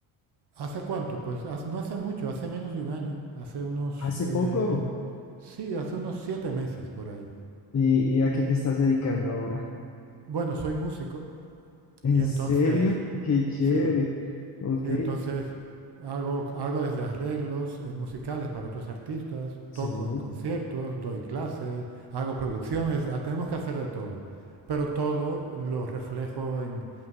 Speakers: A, on the right (about 50°); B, on the left (about 35°).
A: ¿Hace cuánto? Pues haz- no hace mucho, hace menos de un año, hace unos,
B: Hace
A: eh,
B: poco.
A: sí, hace unos siete meses por ahí.
B: ¿Y, y a qué te estás dedicando ahora?
A: Bueno, soy músico
B: ¿En
A: y entonces,
B: serio? Qué chévere.
A: sí,
B: Ok,
A: sí, entonces hago, hago desde arreglos eh, musicales para otros artistas,
B: sí.
A: toco en conciertos, doy clases, hago producciones, ah, tenemos que hacer de todo. Pero todo lo reflejo en,